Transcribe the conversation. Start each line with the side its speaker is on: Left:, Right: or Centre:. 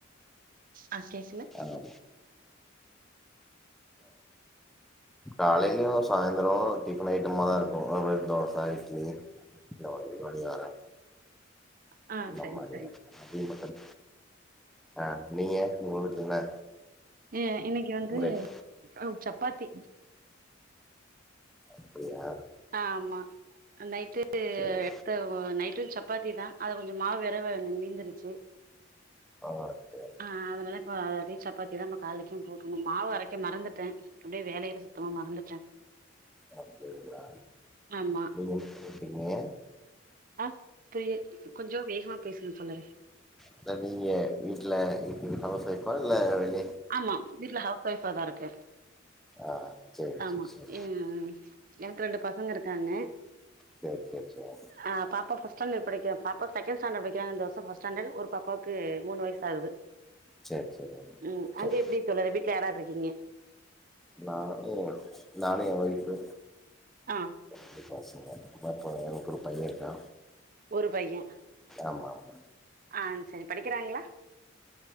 Right: <inaudible> ஆ கேக்ல
Centre: ஆமா காலையில சாயந்தரம் டிஃபன் ஐட்டம்மாதா இருக்கும் தோசை இட்லி இந்த மாரி பனியாரோ
Right: ஆ
Centre: இந்த
Right: சரி
Centre: மாரியான
Right: சரி
Centre: அப்பையும் பத்தல ஆ நீங்க உங்க வீட்டுல என்ன
Right: ஏன் இன்னைக்கு வந்து
Centre: பிரேக்
Right: அ சப்பாத்தி
Centre: அப்டியா
Right: ஆமா நைட்டு
Centre: சேரி
Right: எத்த நைட்டுக்கு சப்பாத்தி தா அத கொஞ்சோ மாவு வெரவ நீீந்துருச்சு
Centre: ஆ சேரி
Right: ஆ அதனால இப்ப நைட் சப்பாத்தி தா காலைக்கும் போட்டுங்க மாவு அரைக்க மறந்துட்டேன் அப்டியே வேலையில சுத்தமா மறந்துட்டேன்
Centre: அப்டிங்களா
Right: ஆமா
Centre: நீங்க நீங்க
Right: ஆ கே கொஞ்சோ வேகமா பேசுங்க தோழரே
Centre: இல்ல நீங்க வீட்டுல எப்டி ஹவுஸ் வைஃப் அ இல்ல வெளி
Right: ஆமா வீட்ல ஹவுஸ் ஒய்ஃபா தா இருக்கேன்
Centre: ஆ சேரி
Right: ஆமா
Centre: சேரி
Right: ஹ்ஹ் எனக்கு ரெண்டு பசங்க இருக்காங்க
Centre: சேரி சேரி சேரி
Right: ஆஹ் பாப்பா பஸ்ட் ச்டன்டர்ட் படிக்கறா பாப்பா இப்ப செகண்ட்ஸாண்டர் படிக்கிறா இந்த வருஷம் பஸ்ட ஸாண்டர்ட் ஒரு பாப்பாக்கு மூனுவயசு ஆகுது
Centre: சேரி சேரி
Right: உஹம்
Centre: சேரி
Right: அங்க எப்படி தோழர் வீட்டுல யார் யார் இருக்கீங்க
Centre: நானு நானு ஏன் ஒய்ஃபு <unintelligible> <inaudible>
Right: ஆ
Centre: ஆமா இப்ப எனக்கு ஒரு பையன் இருக்கா
Right: ஒரு பையெ
Centre: ஆமா ஆமா
Right: ஆ செரி படிக்கிறாங்களா